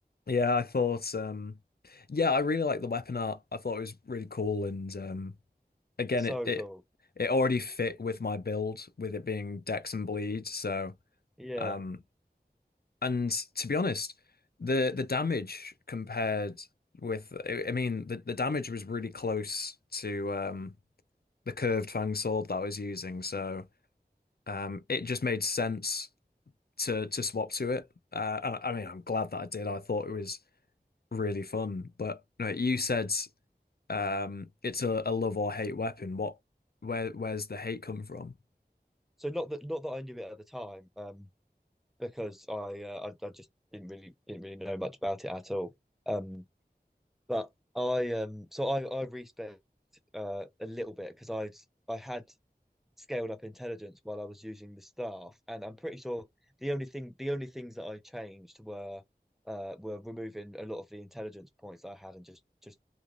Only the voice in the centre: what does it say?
So
cool.
Yeah.
So not that not that I knew it at the time, um, because I, uh, I I just didn't really didn't really know much about it at all. Um, but I um so I I respec uh a little bit because I I had scaled up intelligence while I was using the staff, and I'm pretty sure the only thing the only things that I changed were uh were removing a lot of the intelligence points that I had and just just